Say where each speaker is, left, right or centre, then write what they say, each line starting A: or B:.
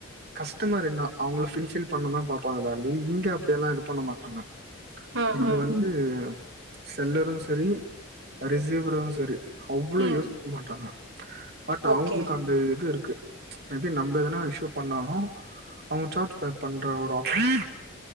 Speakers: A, on the right; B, on the right.
A: கஸ்டமர் என்ன அவுங்ள ஃபில்ஃபில் பண்ணுதா பாப்பாங்கலாண்டி இங்க அப்படியல்லா இது பண்ண மாட்டாங்க
B: ம்
A: இங்க
B: ம்
A: வந்து செல்லரு சரி ரிசிவரு சரி அவ்ளோ
B: ம்
A: யோசிக் மாட்டாங்க பட்
B: ஓகே
A: அவுங்ளுக்கு அந்த இது இருக்கு மேபி நம்ப எதனா இஷூ பண்ணாலு அவுங்க சார்ஜ் பே பண்ற ஒரு ஆப் <inaudible>